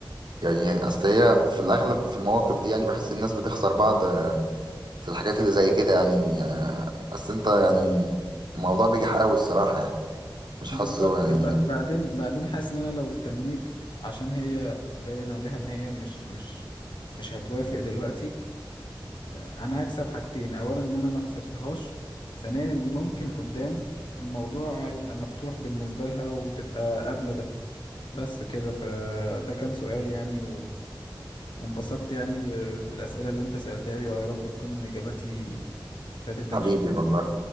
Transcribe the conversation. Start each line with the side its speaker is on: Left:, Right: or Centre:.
Right: يعني اصل هي في الاغلب في المواقف دي يعني بحس الناس بتخسر بعض آه، في الحاجات اللي زي كده يعني آه، اصل انت يعني الموضوع بيجي حقاوي الصراحة يعني مش
Left: بالظبط
Right: حاسه يعني
Left: وب- بعدين بعدين حاسس ان انا لو استنيت عشان هي باين عليها ان هي مش مش مش هتوافق دلوقتي آه، انا هكسب حاجتين اولا ان انا ما خسرتهاش ثانيا اني ممكن قدام الموضوع يبقى مفتوح بالنسبة لها وتبقى قابلة ده بس كده فده كان سؤال يعني وانبسطت يعني ب- بالأسئلة اللي انت سألتها لي ويا رب تكون إجاباتي فادتك
Right: حبيبي
Left: شوية
Right: والله